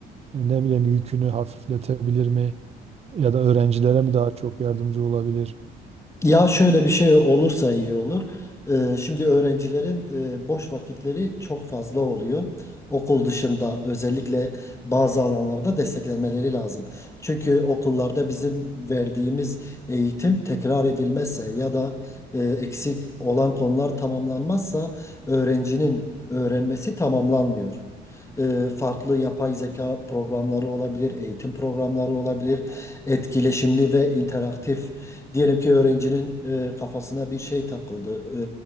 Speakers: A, on the right (about 35°); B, on the left (about 15°).
A: e, ne bileyim yükünü hafifletebilir mi? Ya da öğrencilere mi daha çok yardımcı olabilir?
B: Ya şöyle bir şey olursa iyi olur. Ee, şimdi öğrencilerin e, boş vakitleri çok fazla oluyor. Okul dışında özellikle bazı alanlarda desteklemeleri lazım. Çünkü okullarda bizim verdiğimiz eğitim tekrar edilmezse ya da e, eksik olan konular tamamlanmazsa öğrencinin öğrenmesi tamamlanmıyor e, farklı yapay zeka programları olabilir, eğitim programları olabilir, etkileşimli ve interaktif. Diyelim ki öğrencinin e, kafasına bir şey takıldı